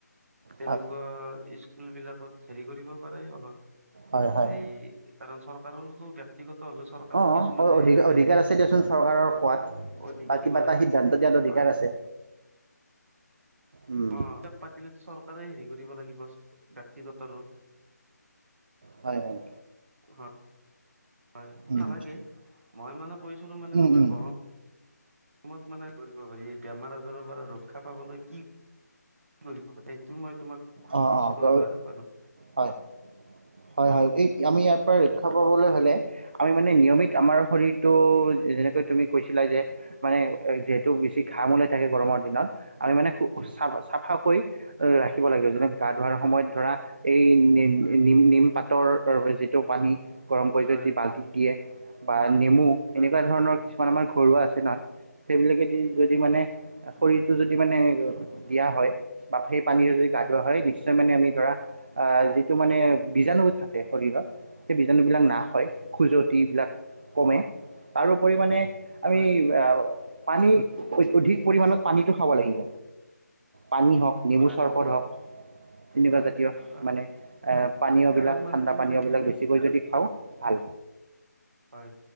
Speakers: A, on the right (about 50°); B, on the right (about 30°).
A: তেনেকোৱা
B: হয়
A: স্কুল বিলাকত হেৰি কৰিব পাৰে অলপ
B: হয় হয়
A: এই কাৰণ চৰকাৰৰতো ব্যক্তিগত হলে চৰকাৰৰ
B: অঁ
A: কিছুমান
B: অঁ
A: হেৰি
B: অধিক
A: থাকে
B: অধিকাৰ আছে দিয়াচোন চৰকাৰৰ কোৱাত
A: অধিকাৰ
B: বা কিবা
A: কৰে
B: এটা সিদ্ধান্ত দিয়াত অধিকাৰ
A: হয়
B: আছে উম,
A: অ ক পাতিলে চৰকাৰে হেৰি কৰিব লাগিব ব্যক্তিগত আৰু
B: হয় হয়
A: অ হয়
B: উম
A: নালাগে মই মানে কৈছিলো মানে
B: উম
A: তোমাৰ
B: উম
A: গৰম ত মানে কৰিব পাৰি এই বেমাৰ আজাৰৰ পৰা ৰক্ষা পাবলৈ কি কৰিব লাগে সেইটো মই তোমাক সুধিছিলো
B: অঁ অঁ গ
A: এবাৰ বাৰু
B: হয় হয় হয় এই আমি ইয়াৰ পৰা ৰক্ষা পাবলৈ হলে আমি মানে নিয়মিত আমাৰ শৰীৰটো যেনেকৈ তুমি কৈছিলা যে মানে যিহেতু বেছি ঘাম ওলাই থাকে গৰমৰ দিনত আমি মানে চাফ চাফা কৰি ৰাখিব লাগিব যেনে গা ধোৱাৰ
A: হয়
B: সময়ত ধৰা এই নি নিম নিম পাত তৰ যিটো পানী গৰম কৰি
A: হয়
B: যদি বাল্টিত দিয়ে বা নেমু
A: হয়
B: এনেকোৱা ধৰণৰ
A: হয়
B: কিছুমান আমাৰ ঘৰুৱা আছে নহয় সেইবিলাকেদি যদি মানে শৰীৰটো যদি মানে দিয়া হয় বা সেই পানীৰ যদি গা ধোৱা হয় নিশ্চয় মানে আমি ধৰা যিটো মানে বীজাণু থাকে শৰীৰত সেই বীজাণুবিলাক না হয় খজুৱতিবিলাক কমে তাৰোপৰি মানে আমি
A: হয়
B: আহ পানী অধিক পৰিমানত পানীটো খাব লাগিব পানী হওক নেবু
A: হয়
B: চৰবত
A: হয়
B: হওক তেনেকোৱা
A: হয়
B: জাতীয়
A: হয়
B: মানে এ পানীয় বিলাক
A: আৰু মানে
B: ঠাণ্ডা
A: তোমাৰ
B: পানীয়
A: হেৰি
B: বিলাক বেছিকৈ যদি খাওঁ ভাল
A: হয়